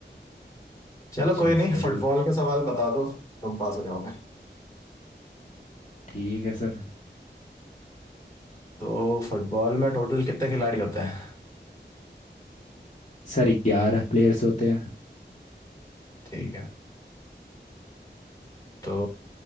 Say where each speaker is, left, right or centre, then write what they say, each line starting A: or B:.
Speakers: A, on the left; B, on the left.
A: चलो
B: अच्छा
A: कोई नहीं
B: स्कर
A: फुटबॉल
B: भी
A: के सवाल बता दो तुम पास हो जाओगे
B: ठीक है सर
A: तो फुटबॉल में टोटल कितने खिलाड़ी होते हैं
B: सर ग्यारह प्लेयर्स होते हैं
A: ठीक है तो